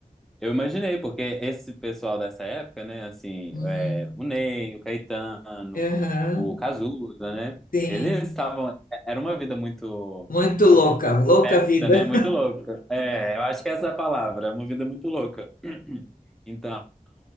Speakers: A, in the centre; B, on the left.
A: Eu imaginei, porque esse pessoal dessa época, né, assim,
B: Uhum.
A: é, o Ney, o Caetano,
B: Aham,
A: o Cazuza, né,
B: tem.
A: eles estavam, era uma vida muito
B: Muito
A: ah,
B: louca,
A: é,
B: louca
A: festa,
B: a vida.
A: né, muito louca. É, eu acho que essa é a palavra, uma vida muito louca. <clears throat> Então,